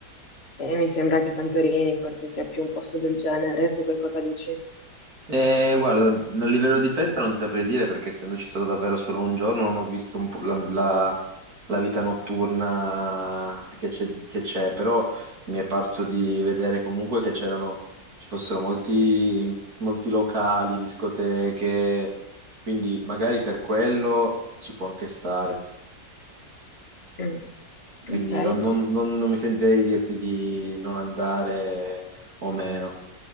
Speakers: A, on the left; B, on the right.
A: E mi sembra che Santorini forse sia più un posto del genere. Tu che cosa dici?
B: Eh, guarda, a livello di festa non ti saprei dire perché essendoci stato davvero solo un giorno non ho visto un po' la, la- la vita notturna che c'è, che c'è, però mi è parso di vedere comunque che c'erano, ci fossero molti, molti locali, discoteche, quindi magari per quello ci può anche stare.
A: Mm,
B: Quindi
A: ok,
B: non, non- non- non mi sentirei di dirti di non andare o meno,